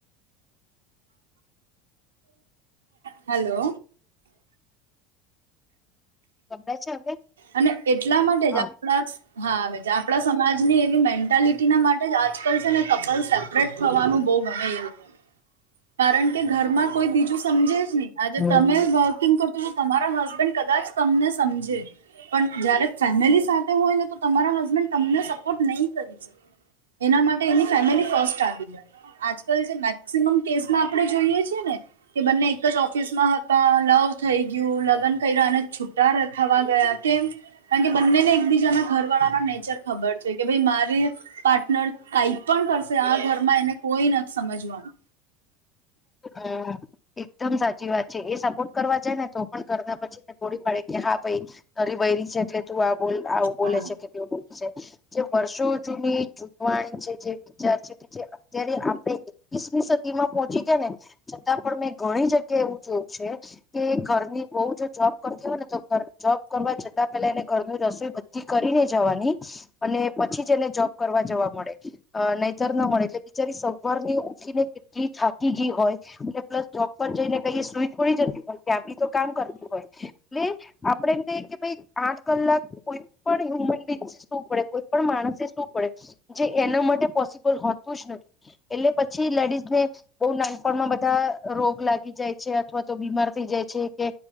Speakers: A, on the right; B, on the left.
A: હાલો.
B: સંભળાય છે હવે
A: અને એટલા માટે જ
B: હા
A: આપણા હા આપડા સમાજની એવી મેન્ટાલિટી ના માટે જ આજકાલ છે ને કપલ સેપરેટ થવાનું બો ગમે એ લોકો
B: <inaudible>
A: કારણ કે ઘરમાં કોઈ બીજું સમજે જ નહી આજે
B: હમ
A: તમે વોકિંગ ક તો તમારા હસબન્ડ કદાચ તમને સમજે. પણ જયારે ફેમિલી સાથે હોય ને તો તમારા હસબન્ડ તમને સપોર્ટ નહી કરી શકે. એના માટે એની ફેમિલી ફસ્ટ આવી જાય. આજકાલ જે મેક્સિમમ કેસમાં આપણે જોઈએ છી ને કે બંને એક જ ઓફિસમાં હતા. લવ થઈ ગયું. લગ્ન કર્યા અને છૂટા થવા ગયા કેમ કારણ કે બંનેને એકબીજાના ઘરવાળાના નેચર ખબર છે કે ભાઈ મારે પાર્ટનર કાઈ પણ કરશે આ ઘરમાં એને કોઈ નથી સમજવાનું.
B: હમ્મ એકદમ સા ચી વાત છે. એ સપોર્ટ કરવા જાય ને તો પણ કરના પછીને તોડી પાડે કે હા ભાઈ તરી બૈરી છે એટલે તું બોલ આવું બોલે
A: હા
B: છે કેવુ બોલે છે. જે વર્ષો જૂની જૂથવાણી છે જે વિચાર છે કે જે અત્યારે આપણે એકવીસમી સદી માં પહોચી ગયાને છતાં પણ મેં ઘણી જગ્યા એવું જોયું છે કે ઘરની વહુ જો જોબ કરતી હોય ને તો જોબ કરવા જતા પેલા એને ઘર ની રસોઈ બધી કરીને જવાની અને પછી જ એને જોબ કરવા જવા મળે નૈતર ન મળે એટલે બિચારી સવાર ની ઉઠી ને કેટલી થાકી ગઈ હોય. એટલે પ્લસ જોબ પર જઈને કહી સુઈ થોડી જતી હોય ત્યાં બી તો કામ કરતી હોય એટલે આપડે એમ કહીએ કે ભાઈ આઠ કલાક કોઈ પણ હ્યુમન બીચ શું પડે કોઈ પણ માણસે શું પડે જે એના માટે પોસિબલ હોતું જ નથી એટલે પછી લેડીઝ ને બો નાન પણમાં બધા રોગ લાગી જાય છે અથવા તો બીમાર થઈ જાય છે કે